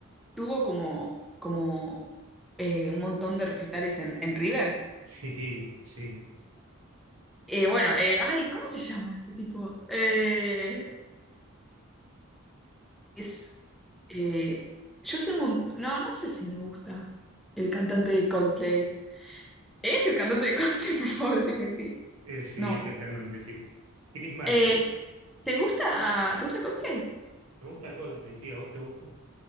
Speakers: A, in the centre; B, on the right.
A: tuvo como, como eh, un montón de recitales en, en River.
B: Sí, sí.
A: Eh, bueno, eh, ay, ¿cómo se llama este tipo? Eh, es, eh, yo sé un montón, no, no sé si me gusta el cantante de Coldplay. ¿Es el cantante de Coldplay? <laughs> Por favor, decime sí.
B: Eh, sí,
A: No.
B: es el cantante, sí. Chris Martin.
A: Eh, ¿te gusta, te gusta Coldplay?
B: Me gusta Coldplay, sí. ¿A vos te gusta?